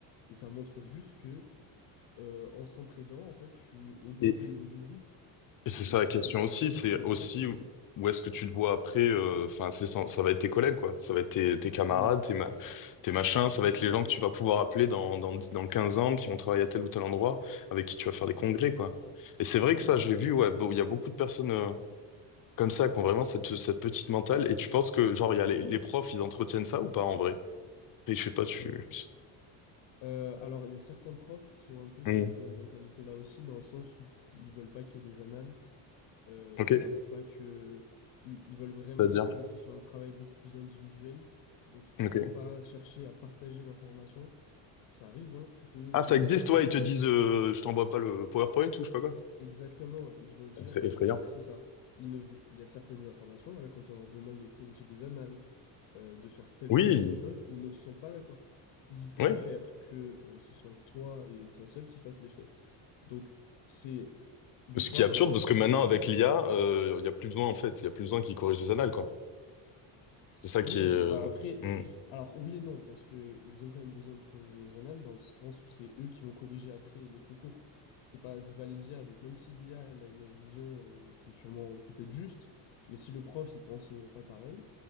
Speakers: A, on the left; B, on the left.
A: Et ça montre juste que euh, en s'entraidant, en fait, tu augmentes
B: Oui.
A: le niveau du groupe
B: Et c'est
A: et
B: ça
A: ça
B: la question
A: t'enlève
B: aussi,
A: pas
B: c'est
A: forcément
B: aussi
A: ta place.
B: où où est-ce que tu te vois après, euh, enfin, c'est ça, ça va être tes collègues, quoi. Ça va être tes, tes camarades,
A: Mm,
B: tes, ma- tes machins, ça
A: mm,
B: va être les
A: mm,
B: gens que tu vas pouvoir appeler dans, dans, dix- dans 15 ans, qui vont travailler à tel ou tel endroit, avec qui tu vas faire des congrès, quoi. Et c'est vrai
A: exactement.
B: que ça, j'ai vu, ouais, bon, il y a beaucoup de personnes euh, comme ça qui ont vraiment cette, cette petite mentale. Et tu penses que, genre, il y a les, les profs, ils entretiennent ça ou pas en vrai? Et je sais pas, tu.
A: Euh, alors, il y a certains profs qui ont un peu cette
B: Hmm.
A: euh, mentalité-là aussi, dans le sens où ils veulent pas qu'il y ait des annales Euh,
B: Ok,
A: ils veulent pas que, ils, ils veulent vraiment
B: c'est-à-dire.
A: que ce soit un travail beaucoup plus individuel. Donc ils
B: Ok.
A: vont pas chercher à partager l'information. Ça arrive, hein, que tu peux
B: Ah,
A: demander
B: ça existe,
A: à un
B: ouais,
A: prof
B: ils te disent, euh, je t'envoie pas le PowerPoint ou je sais pas quoi.
A: exactement. Ils vont dire,
B: C'est
A: euh,
B: effrayant.
A: c'est ça. Il ne veut- il y a certaines informations. Voilà, quand on leur demande de corriger des annales, euh, de faire telle
B: Oui,
A: chose ou telle chose, ils ne sont pas d'accord. Ils préfèrent
B: oui.
A: que euh, ce soit toi et toi seul qui fasses les choses. Donc c'est des
B: Ce
A: fois,
B: qui est absurde
A: voilà, les
B: parce
A: profs
B: que maintenant
A: aussi,
B: avec
A: ils sont
B: l'IA, euh, il y a plus besoin en fait, il y a plus besoin qu'ils corrigent les annales quoi. C'est ça
A: Oui,
B: qui est. euh,
A: bah après,
B: mm.
A: alors oui et non, parce que ils ont quand même besoin de corriger les annales dans le sens où c'est eux qui vont corriger après les concours. C'est pas, c'est pas les IA. Donc même si l'IA elle a une vision euh, qui est sûrement peut-être juste, mais si le prof il pense euh, pas pareil